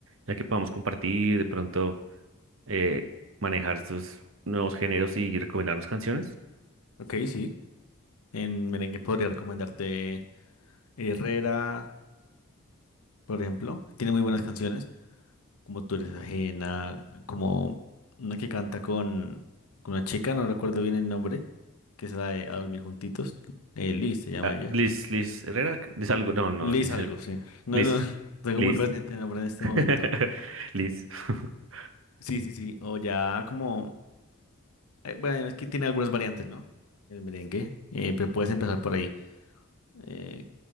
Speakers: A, on the right; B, on the left.
A: ya que podamos compartir, de pronto eh, manejar estos nuevos géneros y recomendarnos canciones.
B: Ok, sí. En merengue podría recomendarte Herrera, por ejemplo. Tiene muy buenas canciones. como tú eres ajena, como una que canta con, con una chica, no recuerdo bien el nombre, que es la de A Dormir Juntitos, eh, Liz se llama
A: Ah,
B: ella.
A: Liz, Liz Herrera, Liz algo, no, no,
B: Liz
A: Liz,
B: algo,
A: eh,
B: sí. No,
A: Liz,
B: no, <laughs> tengo
A: Liz,
B: muy presente el nombre en este
A: <laughs>
B: momento.
A: Liz. <laughs>
B: Sí, sí, sí, o ya como, eh, bueno, es que tiene algunas variantes, ¿no? El merengue, eh, pero puedes empezar por ahí. Eh,